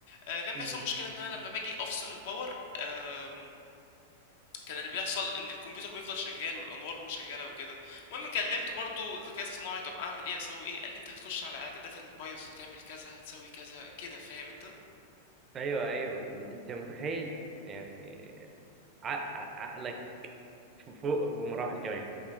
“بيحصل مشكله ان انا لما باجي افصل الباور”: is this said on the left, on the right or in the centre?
Left